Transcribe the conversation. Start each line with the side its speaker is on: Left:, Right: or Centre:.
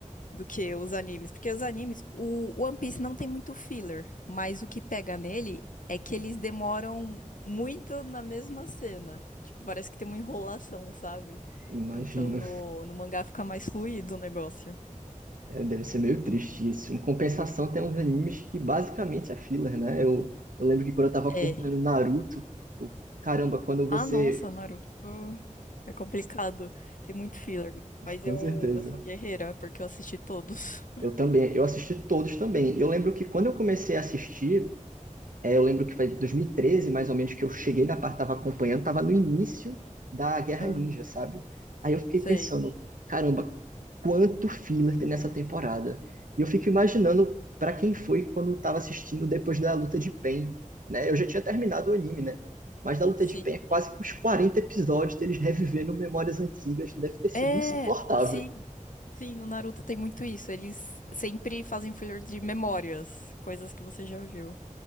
Left: Do que os animes. Porque os animes, o One Piece não tem muito filler, mas o que pega nele é que eles demoram muito na mesma cena. Tipo, parece que tem uma enrolação, sabe?
Right: Imagino,
Left: Então no, no mangá fica mais fluido o negócio.
Right: É, deve ser meio triste isso. Em compensação, tem uns animes que basicamente é filler, né? Eu, eu lembro que quando eu estava acompanhando
Left: É.
Right: Naruto, eu, caramba, quando
Left: Ah,
Right: você.
Left: nossa, Naruto. É complicado. Tem muito filler.
Right: <laughs>
Left: Mas
Right: Com
Left: eu,
Right: certeza.
Left: eu sou guerreira, porque eu assisti todos.
Right: Eu também, eu assisti todos também. Eu lembro que quando eu comecei a assistir, É, eu lembro que foi 2013, mais ou menos, que eu cheguei na parte, tava acompanhando, tava no início da Guerra
Left: <laughs> Aham.
Right: Ninja, sabe? Aí eu fiquei
Left: Sei.
Right: pensando, caramba, quanto filler tem nessa temporada? E eu fico imaginando pra quem foi quando eu tava assistindo depois da luta de Pain, né? Eu já tinha terminado o anime, né? Mas da luta
Left: Sim.
Right: de Pain é quase que uns 40 episódios deles revivendo memórias antigas, deve ter sido
Left: É,
Right: insuportável.
Left: sim, sim, no Naruto tem muito isso. Eles sempre fazem filler de memórias, coisas que você já viu,